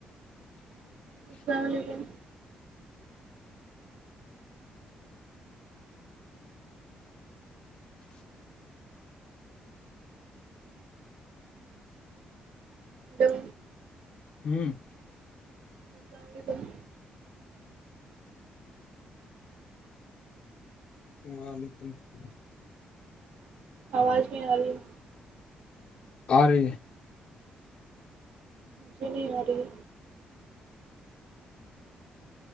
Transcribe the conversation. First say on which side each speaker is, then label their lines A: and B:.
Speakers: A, on the left (about 50°); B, on the right (about 65°).
A: <inaudible>
B: السلام علیکم
A: جی
B: ہلو
A: ہوں
B: السلام علیکم
A: وعلیکم السلام
B: آواز بھی آ رہی ہے
A: اورے
B: شنیاری